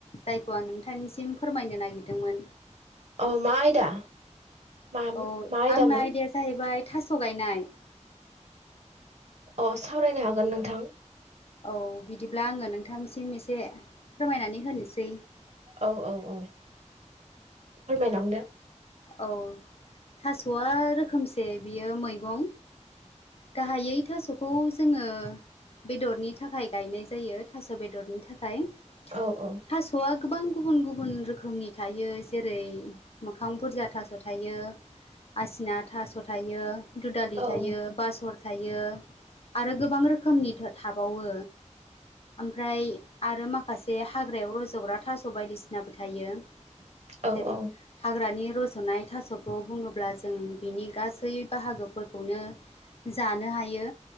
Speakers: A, on the left; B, on the right.
A: जायखौ आं नोंथांनिसिम फोरमायनो नागिरदोंमोन।
B: औ मा आयदा? मा
A: औ
B: मा आयदामोन
A: आंना आयदाया जाहैबाय थास' गायनाय।
B: अ सावरायनो हागोन नोंथां।
A: औ बिदिब्ला आङो नोंथांसिम एसे फोरमायनानै होनोसै।
B: औ औ औ फोरमायलांदो।
A: औ थास'आ रोखोमसे बियो मैगं। गाहायै थास'खौ जोङो बेदरनि थाखाय गायनाय जायो थास' बेदरनि थाखाय।
B: औ औ
A: थास'आ गोबां गुबुन गुबुन रोखोमनि थायो जेरै मोखां बुरजा थास' थायो आजिना थास' थायो दुदालि
B: औ
A: थायो बासर थायो आरो गोबां रोखोमनि थथाबावो। ओमफ्राय आरो माखासे हाग्रायाव रज'ग्रा थास' बायदिसिनाबो थायो।
B: औ
A: जेरै
B: औ
A: हाग्रानि रज'नाय थास'खौ बुङोब्ला जों बिनि गासै बाहागोफोरखौनो जानो हायो